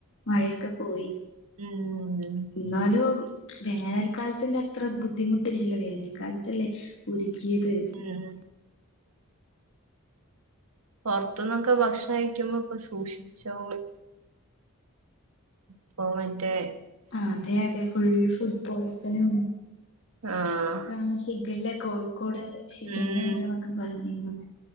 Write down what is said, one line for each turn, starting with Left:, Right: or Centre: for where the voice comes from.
Left: മഴക്കെ പോയി.
Right: ഉം ഉം
Left: ഇന്നാലും വേനൽക്കാലത്തിന്റെ അത്ര ബുദ്ധിമുട്ടില്ലല്ലോ വേനൽക്കാലത്തല്ലേ ഉരുകിയത്
Right: ഉം പോറത്തുന്നൊക്കെ ഭക്ഷണം കയ്ക്കുമ്പോ ഒക്കെ സൂക്ഷിച്ചോളിം ഇപ്പോ മറ്റെ
Left: അതെ അതെ ഫുൾ ഫുഡ് പോയ്സണും
Right: ആഹ്
Left: ആ ശിഖല്ല കോഴിക്കോട് ശിഗല്ല
Right: ഉം
Left: ണ്ട്ന്നൊക്കെ പറഞ്ഞിന്നു